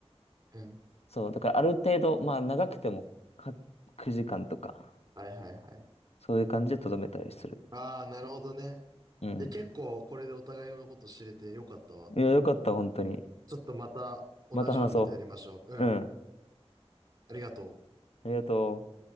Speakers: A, on the right; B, on the left.
A: うん。
B: そう、だからある程度、まあ長くてもは9時間とか、
A: はいはいはい。
B: そういう感じでとどめたりする。
A: ああ、なるほどね。
B: うん。
A: で、結構これでお互いのこと知れてよかったわ。
B: いや、よかった、本当に。
A: ちょっとまた同じようなことやりましょう。
B: また話そ
A: うん。
B: う。うん。
A: ありがとう。
B: ありがとう。